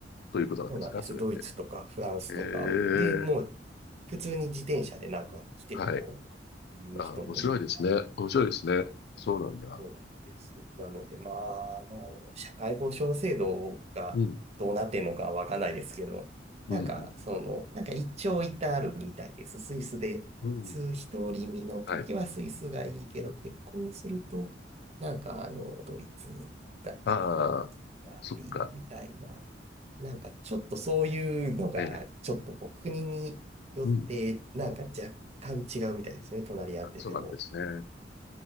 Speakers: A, on the left; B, on the right.
A: ということなんですか、
B: そうなんです。
A: それって。
B: ドイツとかフランスとかでもう
A: ええ、
B: 普通に自転車でなんか来てみようとかっていう人もいれば、
A: はい。ああ、面白いですね。面白いですね。そうなんだ。
B: そうなんです。なので、まあ、あの、社会保障制度がどうなってんのかわかんないですけど、
A: うん、うん、
B: なんか、その、
A: う
B: なんか一長一短あるみたいです。スイスで、
A: ん、うん。
B: す独り身の時はスイスがいいけど、
A: はい。
B: 結婚すると、なんか、あの、ドイツだったり、
A: ああ、
B: フランスがいいみたいな、
A: そっか。
B: なんかちょっとそういうのが、
A: ええ、
B: ちょっとこう、国によって、
A: うん。
B: なんか若干違うみたいですね、隣り合ってても。
A: あ、そうなんですね。